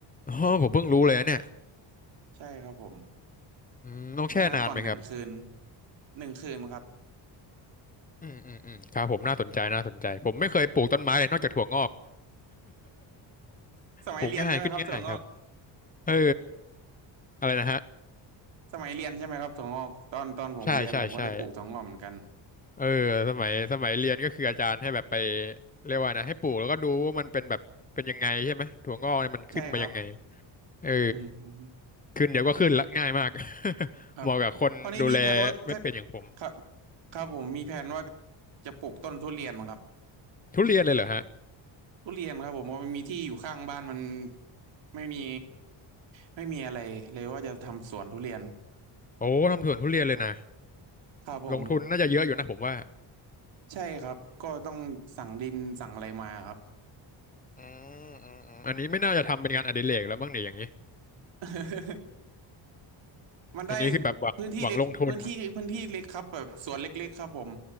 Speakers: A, on the left; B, on the right.
A: อ๋อผมเพิ่งรู้เลยนะเนี่ย
B: ใช่ครับผม
A: อืมต้องแช่นานไหมครับ
B: แช่น้ำก่อนหนึ่งคืนหนึ่งคืนครับ
A: อืมอืมอืมอืมครับผมน่าสนใจน่าสนใจผมไม่เคยปลูกต้นไม้เลยนอกจากถั่วงอก
B: <laughs> สมัยเรียนใช่ไหมครับถั่วงอก
A: ปลูกง่ายขึ้นง่ายครับเอออะไรนะฮะ
B: สมัยเรียนใช่ไหมครับถั่วงอกตอนตอนผมเรียนผมก็ได้ปลูกถั่วงอกเหมือนกัน
A: ใช่ใช่ใช่เออสมัยสมัยเรียนก็คืออาจารย์ให้แบบไปเรียกว่านะให้ปลูกแล้วก็ดูว่ามันเป็นแบบเป็นยังไงใช่ไหมถั่วงอกเนี่ยมันขึ้นมายังไง
B: ใช่ครับ
A: เออ
B: อืม
A: ขึ้นเดี๋ยวก็ขึ้นละง่ายมาก <laughs>
B: ครับ
A: เหมาะกับคนดูแล
B: ตอนนี้มีแผนว่าถ้า
A: ไม่เป็นอย่างผม
B: ครับครับผมมีแผนว่าจะปลูกต้นทุเรียนครับ
A: ทุเรียนเลยเหรอฮะ
B: ทุเรียนครับผมเพราะมันมีที่อยู่ข้างบ้านมันไม่มีไม่มีอะไรเลยว่าจะทำสวนทุเรียน
A: โอ้ทำสวนทุเรียนเลยนะ
B: ครับผม
A: ลงทุนน่าจะเยอะอยู่นะผมว่า
B: ใช่ครับก็ต้องสั่งดินสั่งอะไรมาครับ
A: อืมอืมอืมอันนี้ไม่น่าจะทำเป็นงานอดิเรกแล้วมั้งเนี่ยอย่างนี้
B: <laughs> มันได้
A: อันนี้คือแบบหวังหวังลงทุน
B: พื้นที่เล็กพื้นที่พื้นที่เล็กครับแบบสวนเล็กๆครับผม